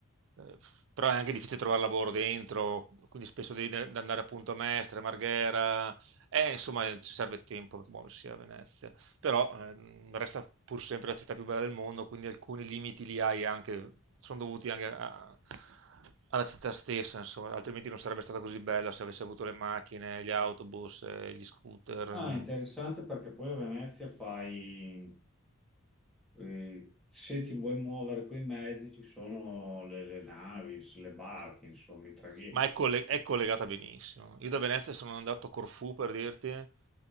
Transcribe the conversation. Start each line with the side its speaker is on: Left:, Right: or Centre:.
Right: eh, però è anche difficile trovare lavoro dentro, quindi spesso devi de- andare appunto a Mestre, Marghera, e insomma ci serve tempo per muoversi a Venezia però ehm, resta pur sempre la città più bella del mondo, quindi alcuni limiti li hai anche, sono dovuti anche a- alla città stessa, insomma, altrimenti non sarebbe stata così bella se avesse avuto le macchine, gli autobus, eh, gli scooter, eh,
Centre: Ah, è interessante perché poi a Venezia fai... Eh, se ti vuoi muovere coi mezzi, ci sono le, le navi, le barche, insomma, i traghetti.
Right: Ma è, colle- è collegata benissimo. Io da Venezia sono andato a Corfù per dirti, eh,